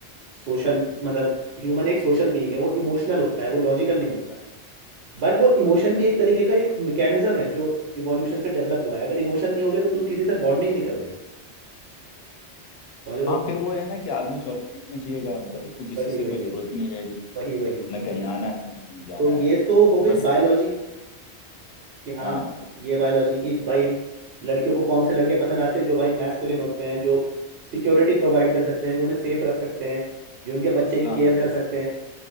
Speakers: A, on the right (about 70°); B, on the left (about 70°).
A: सोशल मतलब ह्यूमन एक सोशल बीइंग है वो इमोशनल होता है वो लॉजिकल नहीं होता बट वो इमोशन भी एक तरीके का एक मैकेनिज्म है जो इवोल्यूशन से डेवलप हुआ है अगर इमोशन नहीं होगे तो तुम किसी से बॉन्डिंग नहीं करोगे समझ रहे
B: हाँ
A: हो
B: फिर वो है ना कि आदमी सॉलिट्यूड में जिएगा मतलब उसको किसी
A: वही
B: से कोई
A: वही
B: जरूरत ही नहीं रहेगी
A: वही वही
B: ना कहीं आना है ना कहीं जाना
A: तो
B: है
A: ये तो हो गई
B: बस
A: बायोलॉजी कि हाँ
B: हाँ
A: ये बायोलॉजी की भाई लड़कियों को कौन से लड़के पसंद आते हैं जो भाई मैस्कुलिन होते हैं जो सिक्योरिटी प्रोवाइड कर सकते हैं जो उन्हें सेफ रख सकते हैं जो उनके बच्चे की
B: हाँ
A: केयर
B: हाँ
A: कर सकते हैं